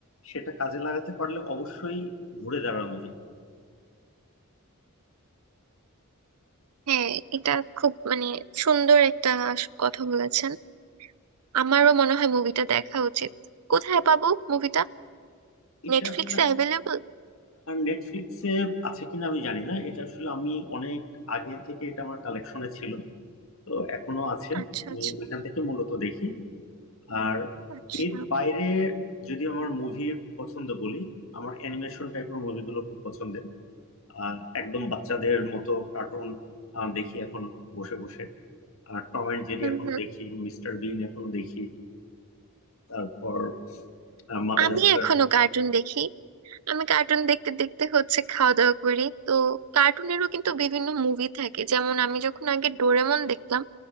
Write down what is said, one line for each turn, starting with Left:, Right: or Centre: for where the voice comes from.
Left: সেটা কাজে লাগাতে পারলে অবশ্যই ঘুরে দাঁড়ানো যায়
Right: হ্যাঁ এটা খুব মানে সুন্দর একটা কথা বলেছেন আমারও মনে হয় মুভিটা দেখা উচিত কোথায় পাবো মুভিটা
Left: এটা
Right: নেটফ্লিক্সে
Left: আসলে
Right: অ্যাভেলেবল
Left: নেটফ্লিক্সে আছে কিনা আমি জানি না এটা আসলে আমি অনেক আগে থেকে এটা আমার কালেকশনে ছিল তো এখনো আছে
Right: আচ্ছা
Left: আমি
Right: আচ্ছা
Left: ওইখান থেকে মূলত দেখি আর
Right: আচ্ছা
Left: এর বাইরে যদি আমার মুভির পছন্দ বলি আমার অ্যানিমেশন টাইপের মুভিগুলো খুব পছন্দের আহ, একদম বাচ্চাদের মতো কার্টুন দেখি এখনো বসে বসে আর টম অ্যান্ড জেরি
Right: হুম
Left: এখনো
Right: হুম
Left: দেখি মিস্টার বিন এখনো দেখি তারপর আহ, মাদাগাস্কার
Right: আমি এখনো কার্টুন দেখি আমি কার্টুন দেখতে দেখতে হচ্ছে খাওয়া দাওয়া করি তো কার্টুনেরও কিন্তু বিভিন্ন মুভি থাকে যেমন আমি যখন আগে ডোরেমন দেখতাম